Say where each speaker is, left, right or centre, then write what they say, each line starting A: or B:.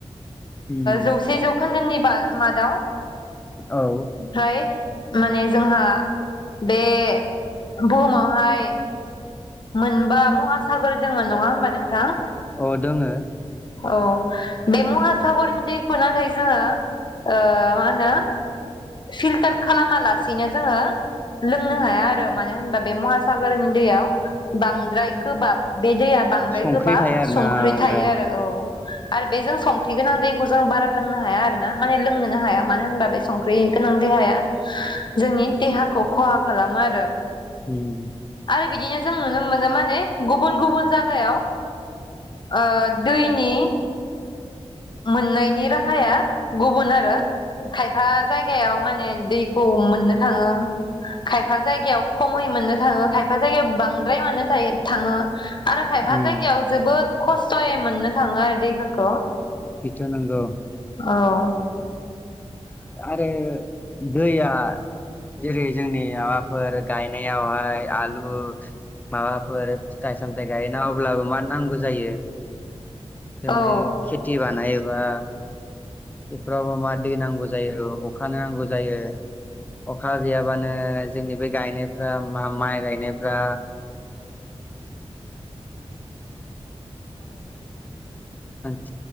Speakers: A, on the left (about 15°); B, on the left (about 45°).
A: उम
B: जौसे जौखोन्दोनि बा मादाव
A: औ
B: ओमफ्राय माने जोंहा बे बुहुमावहाय मोनबा महासागर दोङ नङा होमबा नोंथाङा
A: अ दङो
B: औ बे महासागरनि दैखौ नाथाय जोङो ओ मा होनो फिल्टार खालाम मलासिनो जोङो लोंनो हाया आरो मानो होनबा बे महासागरनि दैयाव बांद्राय गोबाब बे दैया बांद्राय
A: संख्रि
B: गोबाब
A: थायो आरोना
B: संख्रि
A: ओमफ्राय
B: थायो आरो औ आरो बे जों संख्रि गोनां दैखौ जों बारा लोंनो हाया आरो ना माने लोंनोनो हाया मानो होनबा बे स ओंख्रि गोनां देहाया जोंनि देहाखौ खहा खालामो आरो
A: उम
B: आरो बिदिनो जों नुनो मोनो माने गुबुन गुबुन जायगायाव ओ दैनि मोननायनि राहाया गुबुन आरो खायफा जायगायाव माने दैखौ मोननो थाङो। खायफा जायगायाव खमै मोननो थाङो खायफा जायगायाव बांद्राय मोननो थायो थाङो। आरो खायफा
A: उम
B: जायगायाव जोबोद खस्थ'यै मोननो थाङो आरो दैफोरखौ।
A: बिथ नांगौ
B: औ
A: आरो दैया जेरै जोंनि माबाफोर गायनायावहाय आलु माबाफोर फिथाइ सामथाय गाय अब्लाबो मा नांगौ जायो जों
B: ओ
A: ऐ खेथि बानायोबा इफ्राबो मार दै नांगौ जायो। अखानो नांगौ जायो अखा गैयाबानो जोंनि बे गायनाय ओ मा माइ माइ गाय <unintelligible>